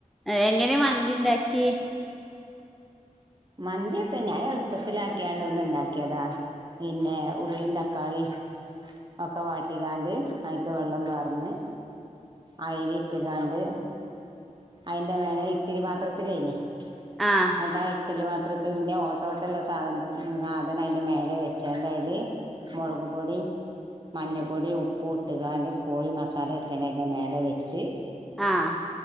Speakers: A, in the centre; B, on the right (about 35°).
A: എങ്ങനെ മന്തിണ്ടാക്കി?
B: മന്തി എത്താ <unintelligible> ഒന്ന് ഇണ്ടാക്കിയതാ പിന്നെ ഉള്ളീം തക്കാളീം ഒക്കെ വാട്ടിക്കാണ്ട് അയിക്ക് വെള്ളം പാർന്ന് അയിരി ഇട്ട്ക്കാണ്ട് അയിന്റെ മേലെ ഇട്ടിലി പാത്രത്തിലേനി
A: ആഹ്
B: ഇന്നട്ടാ ഇട്ടിലി പാത്രത്തിൻ്റെ ഓട്ടോട്ടള്ള സാധൻത്തി സാധനം അയിന്റെ മേലെവെച്ചാണ്ട് അയില് മൊളക് പൊടി മഞ്ഞപ്പൊടി ഉപ്പുട്ട്കാണ്ട് കോഴി മസാലര്റ്റിയാണ്ട് അയി ന്റെ മേലെ വെച്ച്
A: ആഹ്